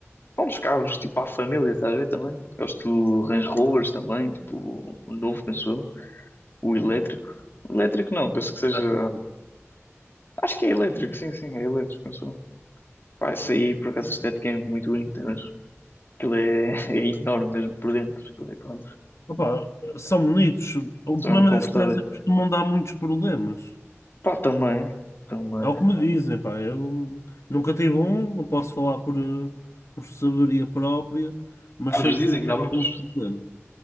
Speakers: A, on the left (about 50°); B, on the left (about 70°).
A: pá, uns carros, tipo, à família, estás a ver também? Gosto do Range Rovers também, tipo, o novo, penso eu, o elétrico. Elétrico não, penso que seja,
B: Acho que sim.
A: acho que é elétrico, sim, sim, é elétrico, penso eu. Pá, isso aí, por acaso, a estética é muito bonita mas aquilo é, <laughs> é enorme mesmo por dentro, aquilo é, pá,
B: Opa, são bonitos. O
A: são
B: problema
A: mesmo confortáveis.
B: desses carros é que costumam dar muitos problemas.
A: Pá, também, também.
B: É o que me dizem, pá. Eu nunca tive um, não posso falar por, eh, por sabedoria própria, mas
A: Ah,
B: sei
A: mas
B: que
A: dizem
B: dão
A: que dá
B: alguns
A: muitos,
B: problemas.